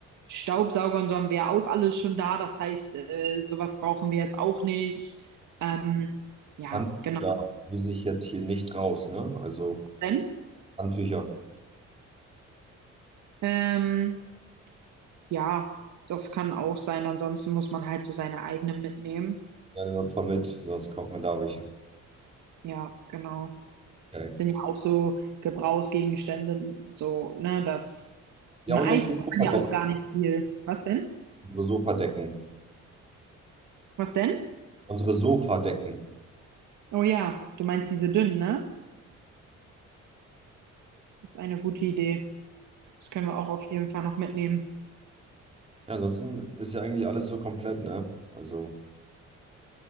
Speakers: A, on the right; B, on the right.
A: Staubsauger und so haben wir auch alles schon da. Das heißt, äh, sowas brauchen wir jetzt auch nicht. Ähm, ja,
B: Handtücher,
A: genau.
B: die sich jetzt hier nicht raus, ne? Also
A: Wenn,
B: Handtücher.
A: ähm, ja, das kann auch sein. Ansonsten muss man halt so seine eigenen mitnehmen.
B: Ja, nehmen wir ein paar mit, sonst kaufen wir da welche.
A: Ja, genau.
B: Okay.
A: Das sind ja auch so Gebrauchsgegenstände, so, ne, das,
B: Ja,
A: man-
B: und
A: eigentlich
B: unsere
A: braucht
B: Sofadecken.
A: man ja auch gar nicht viel. Was denn?
B: Unsere Sofadecken.
A: Was denn?
B: Unsere Sofadecken.
A: Oh ja, du meinst diese dünnen, ne? Das ist eine gute Idee. Das können wir auch auf jeden Fall noch mitnehmen.
B: Ja, ansonsten ist ja eigentlich alles so komplett, ne? Also